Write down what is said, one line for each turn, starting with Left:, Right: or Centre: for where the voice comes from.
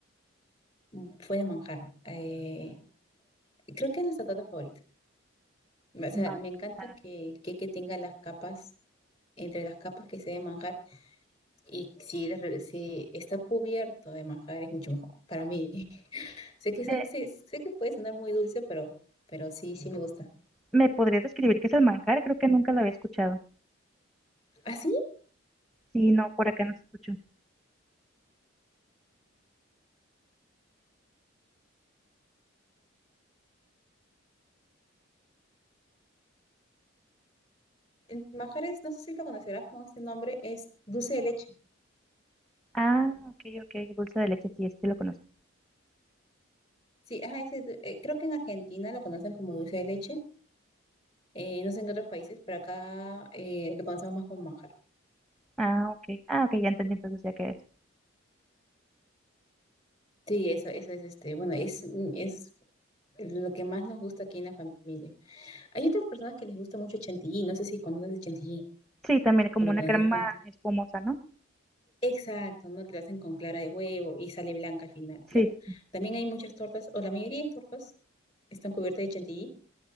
Left: Mm, Fue de manjar. Eh, creo que es nuestra torta favorita. O sea,
Centre: Manjar.
Left: me encanta que el que tenga las capas, entre las capas que se de manjar. Y si, de re- si está cubierto de manjar es mucho mejor para mí. <laughs> Sé que, eso,
Centre: ¿Me,
Left: sé, sé que puede sonar muy dulce, pero, pero sí, sí me gusta.
Centre: me podrías describir qué es el manjar? Creo que nunca la había escuchado.
Left: Así,
Centre: Sí, no, por acá no se escuchó.
Left: el manjar es, no sé si lo conocerás con este nombre, es dulce de leche.
Centre: Ah, ok, ok, dulce de leche, sí, este lo conozco.
Left: Sí, ajá, ese du- eh, creo que en Argentina lo conocen como dulce de leche. eh, no sé en qué otros países, pero acá eh, lo conocemos más como manjar.
Centre: Ah, ok, ah, ok, ya entendí entonces ya qué es.
Left: Sí, eso, eso es este, bueno, es, mm, es lo que más nos gusta aquí en la familia. Hay otras personas que les gusta mucho el chantilly, no sé si conoces el chantilly
Centre: Sí, también como
Left: o lo
Centre: una
Left: conoces
Centre: crema
Left: Juan.
Centre: espumosa, ¿no?
Left: Exacto, ¿no? Que lo hacen con clara de huevo y sale blanca al final, ya.
Centre: Sí, sí, sí.
Left: También hay muchas tortas, o la mayoría de tortas están cubiertas de chantilly,